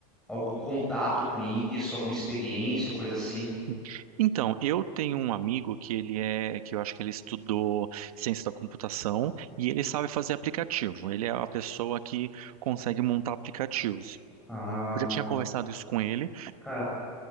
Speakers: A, in the centre; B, on the right.
A: algum contato com isso, alguma experiência, coisa assim.
B: Hum. Então, eu tenho um amigo que ele é, que eu acho que ele estudou ciência da computação e ele sabe fazer aplicativo. Ele é a pessoa que consegue montar aplicativos.
A: Ah,
B: Eu já tinha conversado isso com ele,
A: cara,